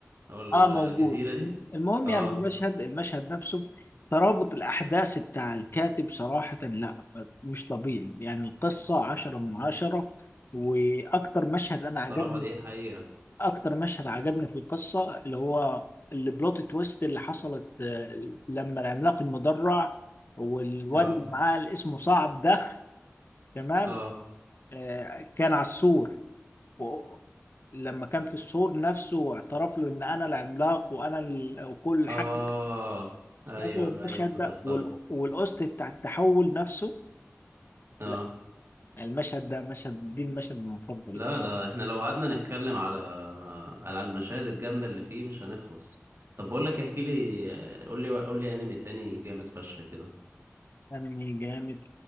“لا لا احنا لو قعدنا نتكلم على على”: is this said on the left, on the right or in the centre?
Right